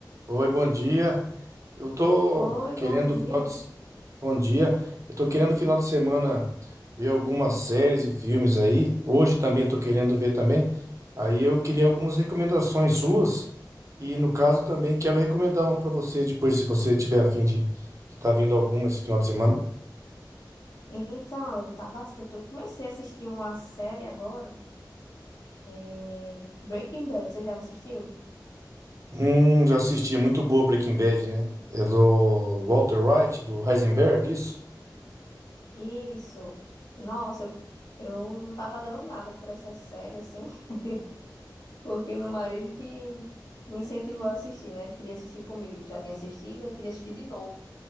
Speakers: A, on the right; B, on the left.
A: Oi, bom dia. Eu tô
B: Oi,
A: querendo
B: bom dia.
A: final de... Bom dia. Eu tô querendo final de semana ver algumas séries e filmes aí. Hoje também tô querendo ver também. Aí eu queria algumas recomendações suas. E no caso também quero recomendar uns para você depois, se você tiver a fim de estar vendo alguma esse final de semana.
B: Então, eu tava, eu tô, comecei a assistir uma série agora, é, Breaking Bad, você já assistiu?
A: Hum, já assisti. É muito boa Breaking Bad, né? É do Walter White, do Heisenberg, isso?
B: Isso. Nossa, eu, eu não tava dando nada por essa série, assim, <laughs> porque meu marido que me incentivou a assistir, né? Ele queria assistir comigo, ele já tinha assistido, ele queria assistir de novo.